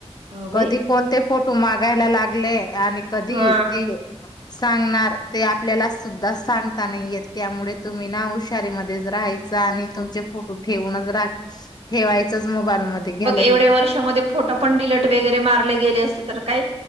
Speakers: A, on the right (about 60°); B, on the left (about 40°).
A: हो बाई
B: कधी कोणते फोटो तू मागायला लागले. आणि कधी
A: हा
B: ते सांगणार ते आपल्याला सुद्धा सांगता नाहीयेत त्यामुळे तुम्ही ना हुशारी मध्येच राहायच आणि तुमचे फोटो ठेवूनच रा ठेवायच. तुमच्या मोबाईल मध्ये गॅलरीत.
A: वढ्या वर्षामध्ये फोटो पण डिलीट वेगैरे मारले गेले असते तर काय